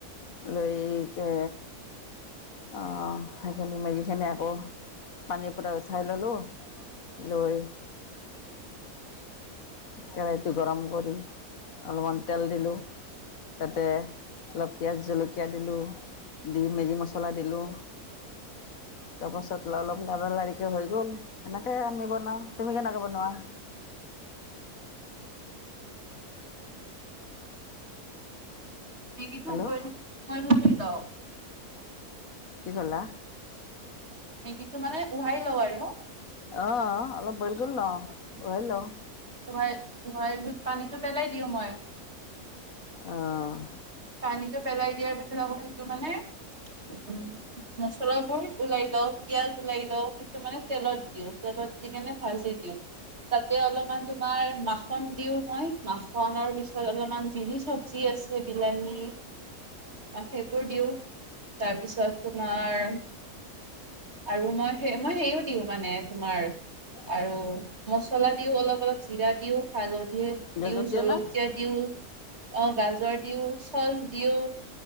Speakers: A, on the left; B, on the right.
A: লৈ কে আহ সেইখিনি মেগি খিনি আকৌ পানী পৰা উঠাই ললো লৈ। কেৰাহীটো গৰম কৰি অলপমান তেল দিলোঁ। তাতে অলপ পিয়াজ জলকীয়া দিলো। দি মেগী মছলা দিলোঁ। তাৰপাছত অলপ লাৰ লাৰিকে হৈ গল সেনেকে আমি বনাও। তুমি কেনেকে বনোৱা? <inaudible>
B: মেগিটো
A: হেল্ল'
B: বইল ক লও
A: কি কলা?
B: মেগী টো মানে উহাই লওঁ আৰু
A: অহ অলপ বইল কৰি লও উহে লও
B: উহাই উহাইতোত পানীটো পেলাই দিওঁ মই
A: অহ।
B: পানীটো পেলাই দিয়াৰ পিছত আকৌ সেইটো মানে মচলাবোৰ ওলাই লওঁ পিয়াজ ওলাই লওঁ সেইটো মানে তেলত দিওঁ তেলত দি কেনে ভাজি দিওঁ তাতে অলপমান তোমাৰ মাখন দিও মই মাখনৰ পিছত অলপমান জিৰিছ চবজি আছে বি সেইবোৰ দিওঁ তাৰপিছত তোমাৰ আৰু মই সে মই সেও দিওঁ মানে তোমাৰ
A: অ।
B: আৰু মছলা দিওঁ, অলপ অলপ জিৰা দিওঁ, হালধি দিওঁ,
A: গাজৰ
B: জলকীয়া
A: দিয়ে না
B: দিওঁ অ গাজৰ দিওঁ চচ দিওঁ,